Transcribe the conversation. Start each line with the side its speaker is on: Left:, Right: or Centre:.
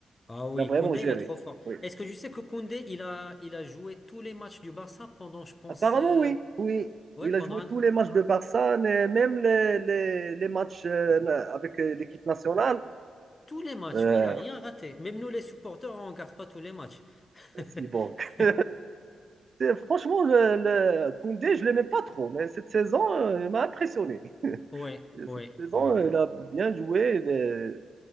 Left: Ah oui,
Right: Il a vraiment
Left: Koundé,
Right: géré.
Left: il est trop fort.
Right: Oui.
Left: Est-ce que je sais que Koundé, il a, il a joué tous les matchs du Barça pendant, je pense,
Right: Apparemment,
Left: euh,
Right: oui. Oui.
Left: ouais,
Right: Il a
Left: pendant
Right: joué
Left: un
Right: tous les matchs de Barça, et même les, les, les matchs euh, avec euh, l'équipe nationale.
Left: Tous les matchs,
Right: Euh,
Left: oui, il a rien raté. Même nous, les supporters, on regarde pas tous les matchs.
Right: merci,
Left: <laughs>
Right: Borg. <laughs> C'est- Franchement, le, le Koundé, je ne l'aimais pas trop, mais cette saison, euh, il m'a impressionné.
Left: Ouais,
Right: Cette
Left: ouais,
Right: saison,
Left: ouais,
Right: euh, il a bien joué. il est-